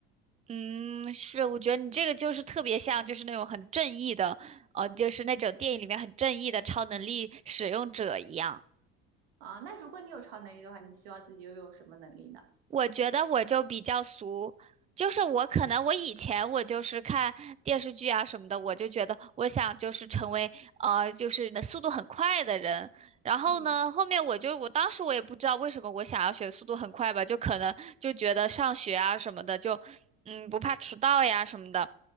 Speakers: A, on the right (about 20°); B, on the right (about 75°).
A: 嗯，是，我觉得你这个就是特别像，就是那种很正义的，呃，就是那种电影里面很正义的超能力使用者一样。
B: 啊，那如果你有超能力的话，你希望自己又有什么能力呢？
A: 我觉得我就比较俗，就是我可能我以前我就是看电视剧啊什么的，我就觉得我想就是成为呃就是那速度很快的人。然后呢，
B: 嗯
A: 后面我就我当时我也不知道为什么我想要学速度很快吧，就可能就觉得上学啊什么的就嗯不怕迟到呀什么的。